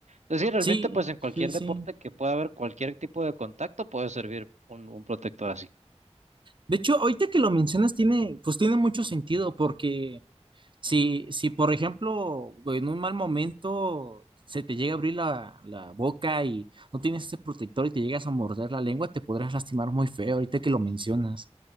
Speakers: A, on the right (about 85°); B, on the right (about 45°).
A: Es decir, realmente
B: Sí,
A: pues en cualquier
B: sí, sí.
A: deporte que pueda haber cualquier tipo de contacto puede servir un, un protector así.
B: De hecho, ahorita que lo mencionas, tiene, pues tiene mucho sentido, porque si, si por ejemplo, en un mal momento se te llega a abrir la, la boca y no tienes ese protector y te llegas a morder la lengua, te podrás lastimar muy feo ahorita que lo mencionas.